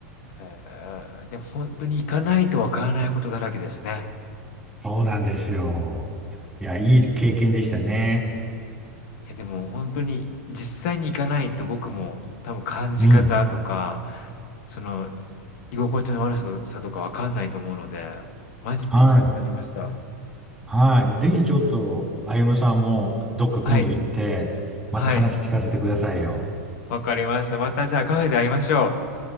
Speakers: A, on the left; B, in the centre.
A: へえ、でも本当に行かないとわからないことだらけですね。
B: そうなんですよ。いや、いい経験でしたね。
A: いやでも本当に実際に行かないと僕も多分感じ方とか、
B: うん。
A: その居心地の悪ささとかわかんないと思うので、マジで行きたくなりました。
B: はい。はい。ぜひちょっと、歩夢さんもどっか今度行って、
A: はい、
B: また話聞かせてくださいよ。
A: はい、わかりました。またじゃあカフェで会いましょう。